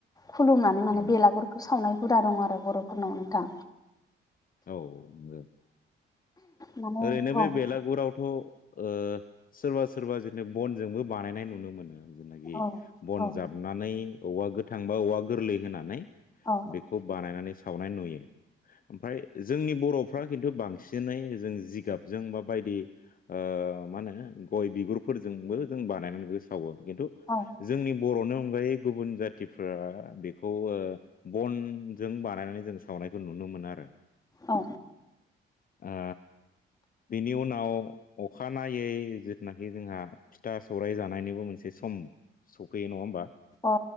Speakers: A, on the left; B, on the left.
A: खुलुमनानै माने
B: उम औ
A: बेलागुरखौ सावनाय हुदा दं आरो बर'फोरनाव नोंथां।
B: औ औ नोंगौ
A: माने
B: ओरैनो बे
A: औ
B: बेलागुराव थ ओ' सोरबा सोरबा जेनु बनजोंबो बानायनाय नुनो मोनो। जेनाखि
A: औ
B: बन
A: औ
B: जाबनानै औवा गोथां बा औवा गोरलै होनानै।
A: औ
B: बेखौ बानायनानै सावनाय नुयो ओमफ्राय जोंनि बर'फ्रा खिन्थु बांसिनै जों जिगाबजों बा बायदि ओ मा होनो गय बिगुरफोरजोंबो जों बानायनानै बेखौ सावो खिन्थु
A: औ
B: जोंनि बर'नि अनगायै गुबुन जाथिफोरा बेखौ बनजों बानायनानै जों सावनायखौ नुनो मोन आरो।
A: औ
B: आ बेनि उनाव अखानायै जिथुनाखि जोंहा फिथा सौराय जानायनिबो मोनसे सम सफैयो नङा होमबा
A: अ